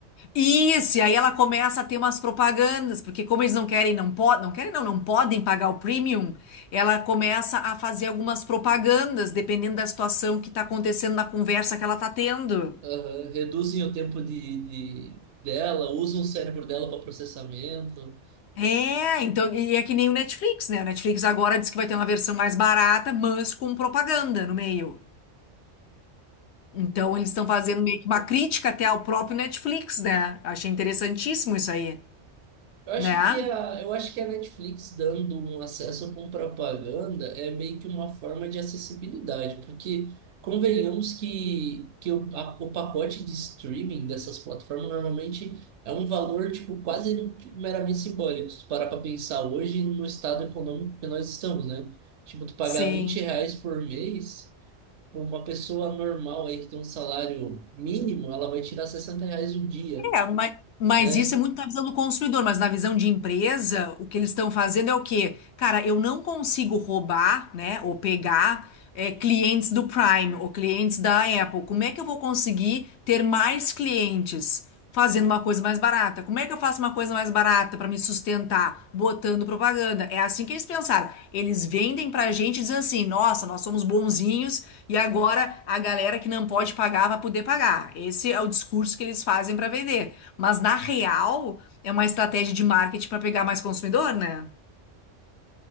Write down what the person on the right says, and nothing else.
Aham, Reduzem o tempo de, de- dela, usam o cérebro dela para processamento.
Eu acho
que a, eu acho que a Netflix dando um acesso com propaganda é meio que uma forma de acessibilidade, porque convenhamos que, que o, a- o pacote de streaming dessas plataformas normalmente é um valor tipo quase meramente simbólico. Se tu parar para pensar hoje no estado econômico que nós estamos, né? Tipo, tu pagar
20 reais por mês, por uma pessoa normal aí que tem um salário mínimo, ela vai tirar 60 reais o dia,
né?